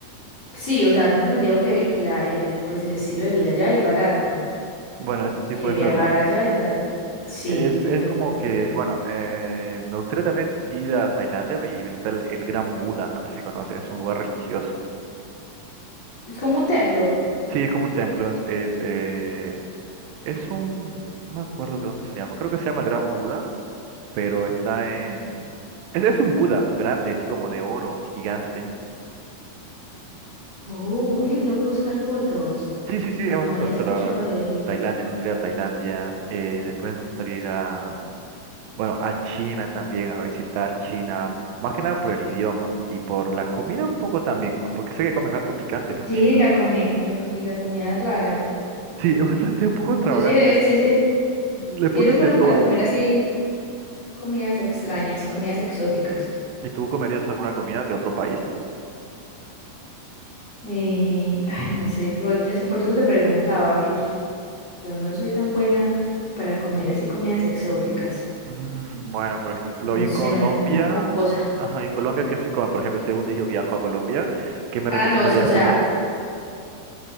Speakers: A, on the left; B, on the right.
A: Sí, o sea, tengo entendido que, que la, el, eh, pues el estilo de vida allá es barato,
B: Bueno, eso sí
A: que
B: puede
A: viajar
B: ser verdad.
A: allá es barato. Sí,
B: Es,
A: tengo
B: es como
A: entendido.
B: que, bueno, eh, me gustaría también ir a Tailandia y visitar el, el Gran Buda. No sé si conoces, es un lugar religioso.
A: Es como un templo.
B: Sí, es como un templo, es, es, eh, es un, no me acuerdo de dónde se llama, creo que se llama Gran Buda, pero está en, es, es un Buda grande, así como de oro, gigante.
A: Oh, oye, tengo que buscar fotos.
B: Sí, sí, sí, es
A: No
B: bastante
A: había
B: bonito,
A: escuchado
B: la verdad.
A: de él.
B: Tailandia, me gustaría ir a Tailandia, eh, después me gustaría ir a, Bueno, a China también, a visitar China, más que nada por el idioma y por la comida un poco también, ah, porque sé que comen harto picante los
A: Sí,
B: chinos.
A: la comi- y la comida rara.
B: Sí, es bastante un poco extravagante.
A: Tú si eres, sí, sí-
B: Le
A: sí
B: ponen
A: eres bueno
B: de todo.
A: para comer así comidas extrañas, comidas exóticas.
B: ¿Y tú comerías alguna comida de otro país?
A: Eh, ay, no sé, yo- es por eso te preguntaba, que yo, yo no soy tan buena para comer así comidas exóticas.
B: Mm, bueno, por ejemplo,
A: No
B: y en Colombia,
A: sé, me da, me da como cosa.
B: ajá, ¿y en Colombia qué se come? Por ejemplo, si algún día yo viajo a Colombia, ¿qué me
A: Ah,
B: recomendarías
A: no, o sea.
B: comer?